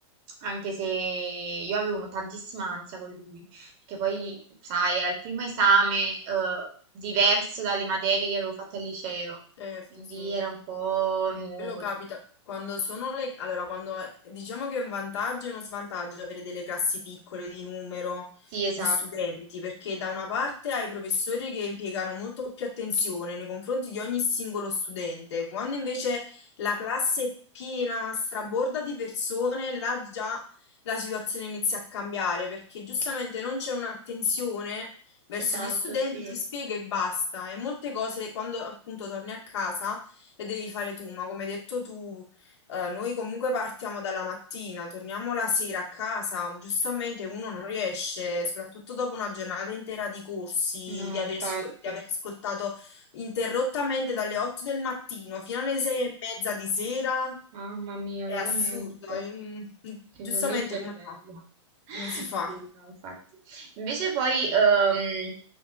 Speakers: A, on the right (about 40°); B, on the left (about 65°).
A: anche se io avevo tantissima ansia con lui, perché poi sai, era il primo esame eh, diverso dalle materie che avevo fatto al liceo,
B: certo,
A: quindi
B: sì.
A: era un po' nuovo
B: Quello capita
A: tutto.
B: quando sono le... Allora, quando diciamo che è un vantaggio e uno svantaggio avere delle classi piccole di numero
A: Sì, esatto.
B: di studenti, perché da una parte hai i professori che impiegano molto più attenzione nei confronti di ogni singolo studente, quando invece la classe è piena, ma straborda di persone, là già la situazione inizia a cambiare, perché giustamente non c'è un'attenzione verso
A: Esatto,
B: gli studenti,
A: sì.
B: ti spiega e basta. E molte cose, quando appunto torni a casa le devi fare tu, ma come hai detto tu, eh, noi comunque partiamo dalla mattina, torniamo la sera a casa, giustamente uno non riesce, soprattutto dopo una giornata intera di corsi,
A: No,
B: di aver,
A: infatti.
B: ascol- di aver ascoltato interrottamente dalle 8 del mattino fino alle 6 e mezza di sera,
A: Mamma mia,
B: è
A: veramente.
B: assurdo, è un-
A: Si
B: giustamente
A: vuole il cervello.
B: come fa?
A: <laughs>
B: Come si fa?
A: Sì, no, infatti. Invece poi, ehm,